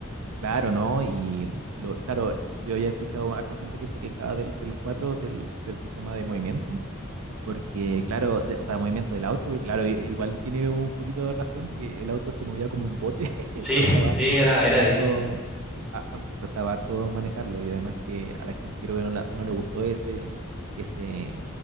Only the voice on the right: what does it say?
Claro, ¿no? Y lo, claro, yo ya he escuchado a harta gente que se quejaba del, del 4, del, del sistema de movimiento, porque claro, de- o sea, movimiento del auto, porque claro, i- igual tiene un poquito de razón que el auto se movía como un bote, <laughs>
costaba
harto,
harto,
a- a- costaba harto manejarlo y además que a la gente creo que no, la- no le gustó ese, ese,